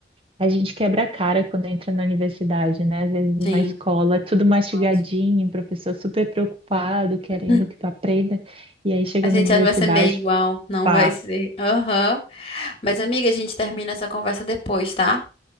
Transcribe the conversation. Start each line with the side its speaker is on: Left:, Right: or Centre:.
Right: a gente quebra a cara quando entra na universidade, né? Às vezes
Left: Sim.
Right: na escola, tudo mastigadinho,
Left: Mas-
Right: o professor super preocupado, querendo
Left: <clears throat>
Right: que tu aprenda, e aí chega
Left: A gente
Right: na universidade.
Left: acha que vai ser meio igual, não
Right: Pá,
Left: vai ser. Aham. Mas, amiga, a gente termina essa conversa depois, tá?